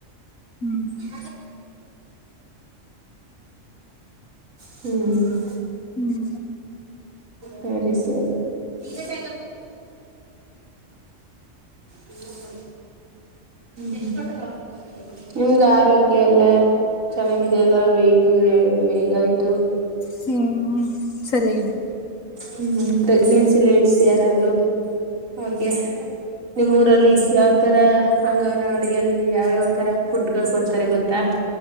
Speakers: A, on the left; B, on the right.
A: ಹ್ಮ್
B: <unintelligible> ಹ್ಮ <unintelligible>
A: ಹ್ಮ್
B: ಸರಿ ಸರಿ <unintelligible> ಮ ಎಷ್ಟ್ ಕೊಟ್ರು ನಿಮ್ದ್ ಆರೋಗ್ಯ ಎಲ್ಲ ಚೆನ್ನಾಗಿದೆಯಲ್ಲ ವೇಟು ಯ ಯ ಹೈಟು
A: ಹ್ಮ್ ಸರಿಯಾಗಿದೆ
B: ಹ್ಮ್ ಪ್ರೆಗ್ನೆನ್ಸಿ ಲೇಡಿಸ್ ಯಾರಾದ್ರರು ಅವ್ರಗೆ ನಿಮ್ಮ್ ಊರಲ್ಲಿ ಯಾವ್ ತರ ಅಂಗವನ್ವಾಡಿಯಲ್ಲಿ ಯಾವ್ಯಾವ ತರ ಫುಡ್ಗಳು ಕೊಡ್ತಾರ ಗೊತ್ತಾ